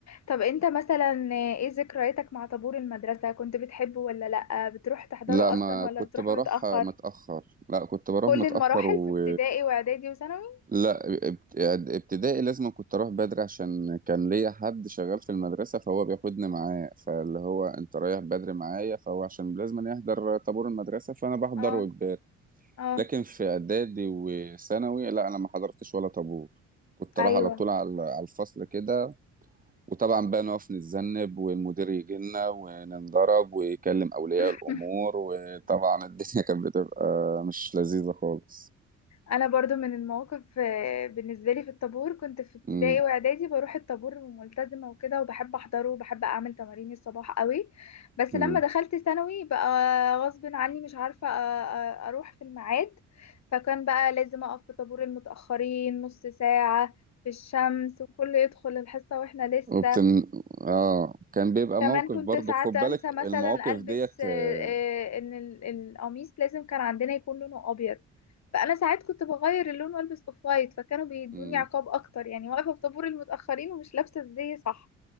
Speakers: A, on the left (about 60°); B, on the right (about 30°).
A: طب انت مثلا ايه ذكرياتك مع طابور المدرسه كنت بتحبه ولا لا بتروح تحضره
B: لا ما
A: اصلا ولا
B: كنت
A: بتروح
B: بروح
A: متاخر
B: متأخر لا كنت بروح
A: في كل
B: متأخر
A: المراحل
B: و
A: في ابتدائي واعدادي وثانوي
B: لا ابت- ابتدائي لازم كنت اروح بدري عشان كان ليا حد شغال في المدرسة فهو بياخدني معاه فاللي هو انت رايح بدري معايا فهو عشان لازم يحضر طابور المدرسة فانا بحضره
A: اه
B: اجباري
A: اه
B: لكن في اعدادي وثانوي لا انا ما حضرتش ولا طابور كنت
A: ايوه
B: اروح على طول على على الفصل كده وطبعا بقى نقف نتذنب والمدير يجي لنا وننضرب ويكلم أولياء
A: <laughs>
B: الأمور وطبعا الدنيا كانت بتبقى مش لذيذة خالص
A: انا برضو من المواقف آه، بالنسبه لي في الطابور كنت في ابتدائي
B: امم
A: واعدادي بروح الطابور ملتزمه وكده وبحب احضره وبحب اعمل تمارين الصباح قوي بس
B: امم
A: لما دخلت ثانوي بقى غصب عني مش عارفه أ- أ- اروح في الميعاد فكان بقى لازم اقف في طابور المتاخرين نص ساعه في الشمس وكله يدخل الحصه واحنا لسه
B: وبتن... اه كان بيبقى
A: كمان
B: موقف
A: كنت
B: برضو
A: ساعات
B: خد
A: انسى
B: بالك
A: مثلا
B: المواقف
A: البس
B: ديت
A: آه،
B: آه،
A: آه، ان ال- القميص لازم كان عندنا يكون لونه ابيض فانا ساعات كنت بغير اللون والبس اوف وايت فكانوا بيدوني
B: مم.
A: عقاب اكتر يعني واقفه في طابور المتاخرين ومش لابسه ازاي صح